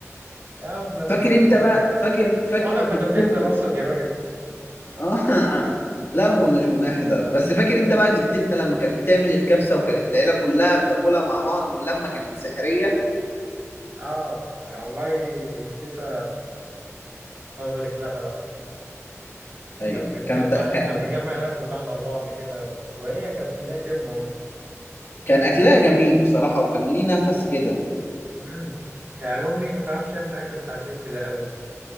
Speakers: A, on the right; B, on the left.
A: يا عم انا
B: فاكر
A: سكشن
B: انت بقى
A: ايه
B: فاكر فاكر
A: واحنا كنا
B: جدتنا
A: بنحضر اصلا يا راجل
B: اه <laughs> لا ما كناش بنحضر بس فاكر انت بقى جدتنا لما كانت بتعمل الكبسة وكانت العيلة كلها بتاكلها مع بعض واللمة كانت سحرية
A: اه والله تيتا الله يبارك لها بقى
B: ايوه
A: كانت بتجمع
B: كان تا- كان
A: كانت بتجمع العيله كلها مع بعض كده و... وهي كانت ليها كلمه برضه
B: كان اكلها جميل بصراحة وكان ليه نفس كده
A: امم يعني امي ما تعرفش تعمل الاكل بتاع ستي ده ابدا